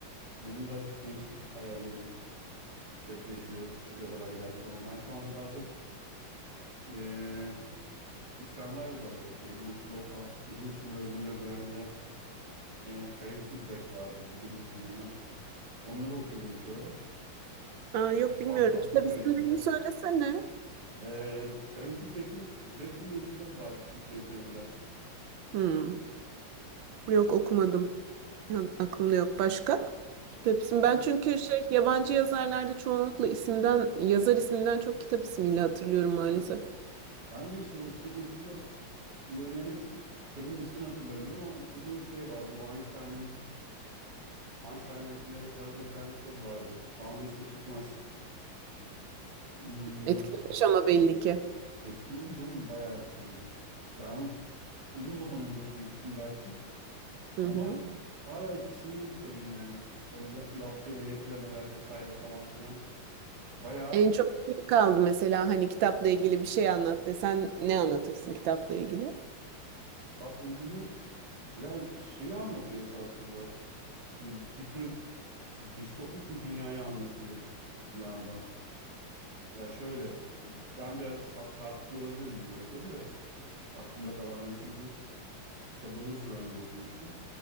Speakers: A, on the right; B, on the right.
A: Benim birazcık gençlik hayallerim depreşiyor Türk yazarlar geldiği zaman. Ben şu anda daha çok e, İskandinav yazarları okuyorum. Ursula K. Ursula Le Guin ve e, Karin Tidbeck vardı bilir misin bilmem. Onları okuyorum şu ara.
B: Aa, yok bilmiyorum.
A: Fantastik
B: Kitap ismini
A: öyküler.
B: söylesene.
A: Ee, Granted Beck'in Zeppelin diye bir kitabı var Türkçe'ye çevrilen.
B: Hmm. Yok okumadım. Ya, aklımda yok. Başka? Tepsim.
A: İşte
B: Ben
A: bu-
B: çünkü şey yabancı yazarlarda çoğunlukla isimden yazar isminden çok kitap ismiyle hatırlıyorum maalesef.
A: ha, ben de işte Ursu- Ursula Le Guin'in kitabının ismini hatırlamıyorum ama okuduğum şey var. Bu Einstein'ın Einstein'a öykünerek yazdığı bir tane kitabı vardı. Şu anda ismi çıkmaz. Hmm,
B: Etkilemiş ama belli ki.
A: etkiledi canım bayağı etkiledi. Yani onu uzun zaman önce okumuştum belki ama
B: Hı hı.
A: hala etkisindeyim kitabın yani. O ya- yaptığı eğretilemeler vesaire falan filan. Bayağı
B: En çok ne kaldı mesela hani kitapla ilgili bir şey anlat desen ne anlatırsın kitapla ilgili?
A: kitapla ilgili Ya şeyi anlatıyor esasında. Hani bir tür distopik bir dünyayı anlatıyor bir yandan. Ya şöyle ben biraz sa- çarpıtıyor olabilirim bunları tabii de. Aklımda kalanları çünkü tabi uzun süre önce okumuştum.